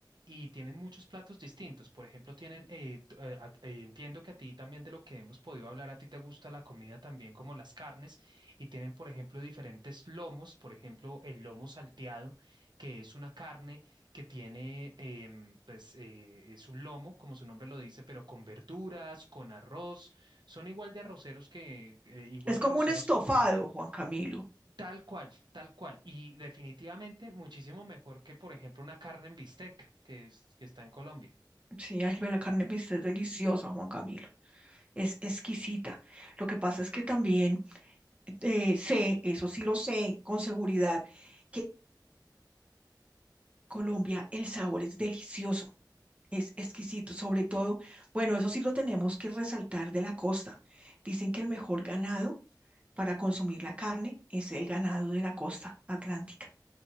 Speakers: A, on the right; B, on the right.
A: y tienen muchos platos distintos. Por ejemplo, tienen, eh, t- eh, a- eh, entiendo que a ti también de lo que hemos podido hablar, a ti te gusta la comida también como las carnes y tienen, por ejemplo, diferentes lomos, por ejemplo, el lomo salteado, que es una carne que tiene, em, pues eh, es un lomo, como su nombre lo dice, pero con verduras, con arroz. Son igual de arroceros que, eh, igual
B: Es
A: de
B: como
A: arroceros
B: un estofado,
A: que en Colombia.
B: Juan Camilo.
A: Tal cual, tal cual. Y definitivamente muchísimo mejor que, por ejemplo, una carne en bistec que es, que está en Colombia.
B: Sí, ay, ve la carne de bistec es deliciosa, Juan Camilo. Es exquisita. Lo que pasa es que también eh, sé, eso sí lo sé con seguridad, que Colombia, el sabor es delicioso, es exquisito, sobre todo, bueno, eso sí lo tenemos que resaltar de la costa. Dicen que el mejor ganado para consumir la carne es el ganado de la costa atlántica,